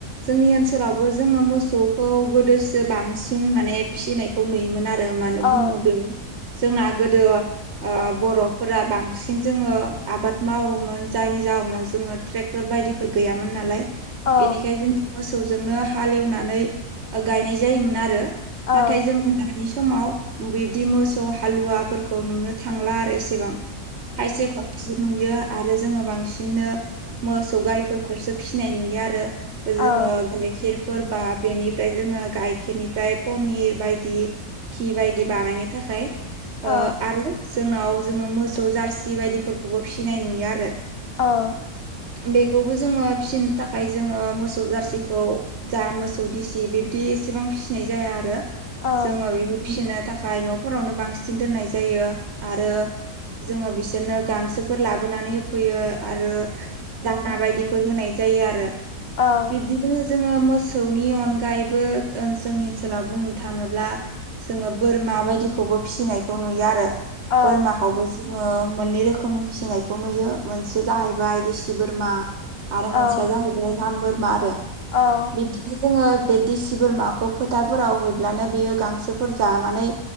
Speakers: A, on the right; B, on the left.
A: जोंनि ओनसोलावबो जोङो मोसौखौ गोदोसो बांसिन माने फिसिनायखौ नुयोमोन आरो। आरो मानो होनना
B: औ
A: बुङोब्ला जोंना गोदो ओ बर'फोरा बांसिन जोङो आबाद मावोमोन जायनि जाउोनाव जोङो ट्रेक्टर बायदिफोर गैयामोन नालाय
B: औ
A: बेनिखायनो जोङो मोसौजोंनो हालेवनानै गायनाय जायोमोन आरो। नाथाय
B: औ
A: जोङो दानि समाव बिब्दि मोसौ हालुवाफोरखौ नुनो थांला आरो इसेबां खायसेखौ नुयो आरो जोङो बांसिननो मोसौ गायफोरखौसो फिसिनाय नुयो आरो जोङो
B: औ
A: गायखेरफोरबा बेनिफ्राय जोङो गाइखेरनिफ्राय पनिर बायदि धि बायदि बानायनो थाखाय
B: औ
A: आरो जोंनाव जोङो मोसौ जारसि बायदिफोरखौबो फिसिनाय नुयो आरो।
B: औ।
A: बेखौबो जोङो फिसिनो थाखाय जोङो मोसौ जारसिखौ जा मोसौ दिसि बिब्दि एसेबां फिसिनाय जाया आरो।
B: औ
A: जोङो बेखौ फिसिनो थाखाय न'फोरावनो बांसिन दोननाय जायो आरो। जोङो बिसोरनो गांसोफोर लाबोनानै होफैयो आरो दाना बायदिफोर होनाय जायो आरो
B: औ
A: बिब्दिनो जोङो मोसौनि अनगायैबो जोंनि ओनसोलाव बुंनो थाङोब्ला जोङो बोरमा बायदिखौबो फिसिनायखौ नुयो आरो
B: औ
A: बोरमाखौबो जोङो मोननै रोखोमनि फिसिनायखौ नुयो मोनसे जाहैबाय देसि बोरमा आरो मोनसेया
B: औ
A: जाहैबाय राम बोरमा आरो
B: औ।
A: बिदिनो जोङो बे दिेसि बोरमाखौ फोथारफोराव हैब्लानो बियो गांसोफोर जानानै